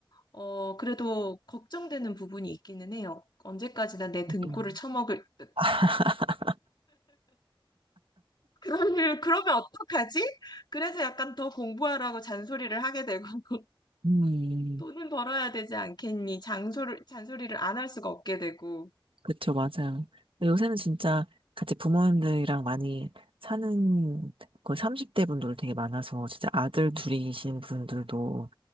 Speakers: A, on the left; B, on the right.
A: 어, 그래도 걱정되는 부분이 있기는 해요. 언제까지나 내 등골을
B: 어떤,
A: 쳐먹을 듯.
B: <laughs>
A: 그러면, 그러면 어떡하지? 그래서 약간 더 공부하라고 잔소리를 하게 되고, <laughs>
B: 음,
A: 돈은 벌어야 되지 않겠니? 장소를, 잔소리를 안 할 수가 없게 되고.
B: 그쵸, 맞아요. 근데 요새는 진짜 같이 부모님들이랑 많이 사는 거의 30대 분들 되게 많아서 진짜 아들 둘이신 분들도